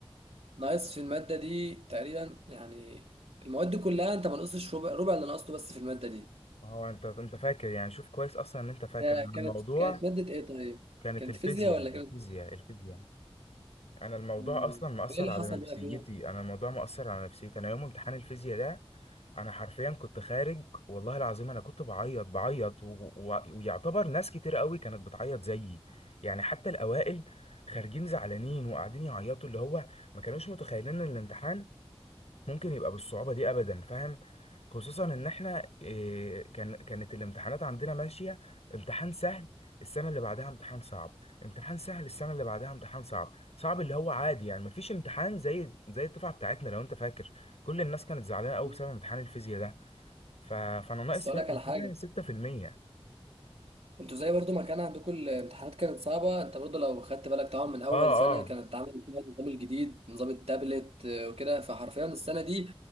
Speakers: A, on the right (about 75°); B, on the left (about 85°).
A: ناقص في المادة دي تقريبا يعني المواد دي كلها انت ما نقصتش ربع ربع اللي نقصته بس في المادة دي
B: هو انت انت فاكر يعني شوف كويس اصلا ان انت فاكر
A: آه،
B: الموضوع
A: كانت كانت مادة ايه طيب؟
B: كانت
A: كانت
B: الفيزياء
A: فيزياء ولا
B: الفيزياء
A: كانت
B: الفيزياء انا الموضوع
A: مم.
B: اصلا مأثر
A: ايه اللي
B: على
A: حصل
B: نفسيتي
A: بقى فيها؟
B: انا الموضوع مأثر على نفسيتي انا يوم امتحان الفيزياء ده انا حرفيا كنت خارج والله العظيم انا كنت بعيط بعيط و... و... ويعتبر ناس كتير قوي كانت بتعيط زيي يعني حتى الاوائل خارجين زعلانين وقاعدين يعيطوا اللي هو ما كانوش متخيلين ان الامتحان ممكن يبقى بالصعوبة دي أبدا فاهم خصوصا إن إحنا إيه، كان كانت الامتحانات عندنا ماشية امتحان سهل السنة اللي بعدها امتحان صعب امتحان سهل السنة اللي بعدها امتحان صعب صعب اللي هو عادي يعني مفيش امتحان زي زي الدفعة بتاعتنا لو أنت فاكر كل الناس كانت زعلانة أوي
A: مم.
B: بسبب امتحان الفيزياء ده ف... فأنا ناقص
A: بس اقول
B: فيها
A: لك
B: الوحيدة
A: على حاجة
B: 6%
A: انتوا زي برضو ما كان عندكم الامتحانات كانت صعبة انت برضو لو خدت بالك طبعا من اول
B: اه
A: سنة
B: اه
A: كانت عامل فيها النظام الجديد نظام التابلت اه، وكده فحرفيا السنة دي